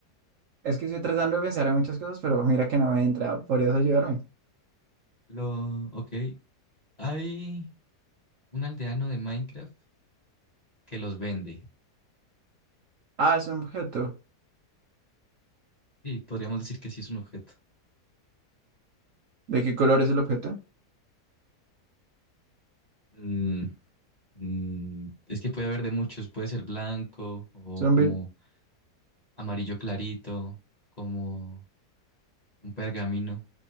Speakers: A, on the right (about 65°); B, on the left (about 35°).
A: Es que estoy tratando de pensar en muchas cosas, pero mira que no me entra. ¿Podrías ayudarme?
B: Lo, ok, hay un aldeano de Minecraft que los vende.
A: Ah, es un objeto.
B: Sí, podríamos decir que sí es un objeto.
A: ¿De qué color es el objeto?
B: Mm, Mm, es que puede haber de muchos, puede ser blanco o
A: Son
B: como
A: bien-
B: amarillo clarito, como un pergamino,